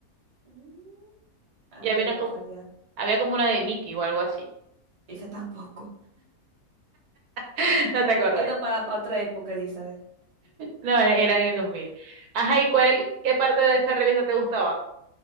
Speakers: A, on the right; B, on the right.
A: Mm, Ándale,
B: Y había una,
A: no
B: co-
A: sabía.
B: había como una de Mickey o algo así.
A: Esa tampoco.
B: <laughs> ¿No
A: Ya
B: te
A: te
B: acordás?
A: estoy yendo para otra época, Elizabeth.
B: No, era en el 2000. Ajá, ¿y cuál, qué parte de esa revista te gustaba?